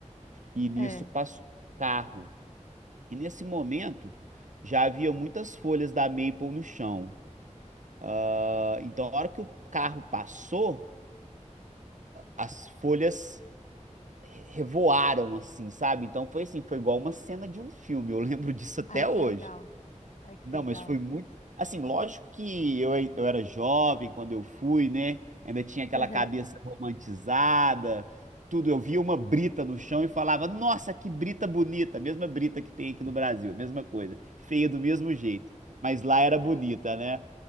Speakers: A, on the right; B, on the left.
A: e nisso
B: é,
A: passou um carro. E nesse momento já havia muitas folhas da maple no chão. Ah, então, a hora que o carro passou, as folhas revoaram assim, sabe? Então foi assim, foi igual uma cena de um filme. Eu lembro <laughs> disso até
B: Ai,
A: hoje.
B: que legal. Ai, que
A: Não,
B: legal.
A: mas foi muito. Assim, lógico que eu, eu era jovem quando eu fui, né? Ainda tinha aquela
B: aham,
A: cabeça romantizada, tudo. Eu via uma brita no chão e falava: Nossa, que brita bonita! A mesma brita que tem aqui no Brasil, a mesma coisa. Feia do mesmo jeito. Mas lá era
B: É.
A: bonita, né?